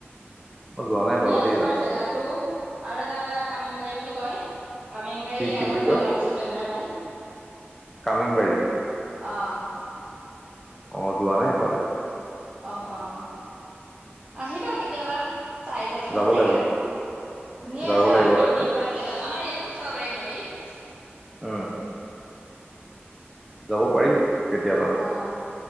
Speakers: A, in the centre; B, on the right (about 20°).
A: মই যোৱা নাই
B: ধুনীয়া
A: দেই
B: আছে বাৰু
A: তাত
B: জেগাটো।
A: সেইফালে
B: আৰু এটা কামিংবাৰী বুলি কয়, কামিংবাৰী
A: কি কি
B: আগত
A: বুলি কয়
B: পাই তাৰ পিছত দৈমেৰা পায়।
A: কামিংবাৰী।
B: অঁ।
A: অঁ যোৱা নাই সেইফালে।
B: অঁ অ, আহিবা কেতিয়াবা। চাই যাবাহি
A: যাব
B: জেগা
A: লাগিব
B: ধুনীয়া
A: যাব
B: আছে
A: লাগিব
B: বাৰু পিকনিক
A: তাকে
B: খোৱা জেগা। আমাৰ ইয়াতো খাব পাৰি নদীত।
A: উম। যাব পাৰি কেতিয়াবা।
B: অঁ,